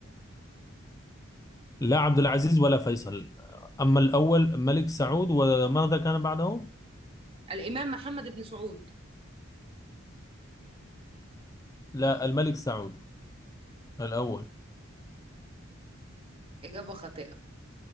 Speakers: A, on the left; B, on the right.
A: لا عبد العزيز ولا فيصل أما الأول ملك سعود وماذا كان بعده؟
B: الإمام محمد بن سعود
A: لا الملك سعود الأول
B: إجابة خاطئة